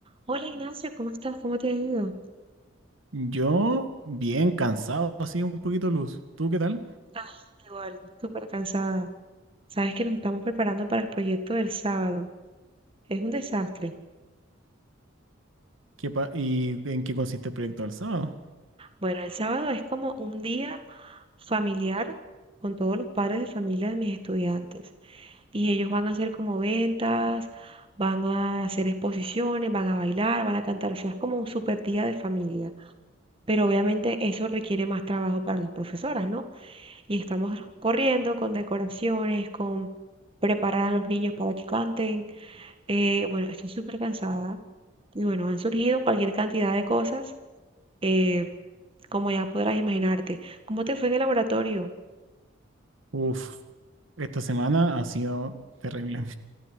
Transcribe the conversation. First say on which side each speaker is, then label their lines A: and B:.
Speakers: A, on the right; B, on the right.
A: Hola Ignacio, ¿cómo estás? ¿Cómo te ha ido?
B: Yo, bien cansado, así un poquito luz. ¿Tú qué tal?
A: Ah, igual, súper cansada. Sabes que nos estamos preparando para el proyecto del sábado. Es un desastre.
B: ¿Qué pa- ¿Y en qué consiste el proyecto del sábado?
A: Bueno, el sábado es como un día familiar con todos los padres de familia de mis estudiantes. Y ellos van a hacer como ventas, van a hacer exposiciones, van a bailar, van a cantar. O sea, es como un súper día de familia. Pero obviamente eso requiere más trabajo para las profesoras, ¿no? y estamos corriendo con decoraciones, con preparar a los niños para que canten. Eh, bueno, estoy súper cansada y bueno, han surgido cualquier cantidad de cosas, eh, como ya podrás imaginarte. ¿Cómo te fue en el laboratorio?
B: Uf, esta semana ha sido terrible.